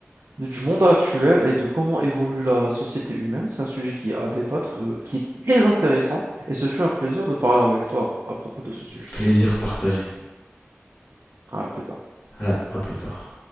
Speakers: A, on the right; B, on the left.
A: du monde actuel et de comment évolue la, la société humaine. C'est un sujet qui est à débattre, euh, qui est très intéressant, et ce fut un plaisir de parler avec toi à à propos de ce sujet.
B: plaisir partagé
A: À plus tard.
B: à, la- à plus tard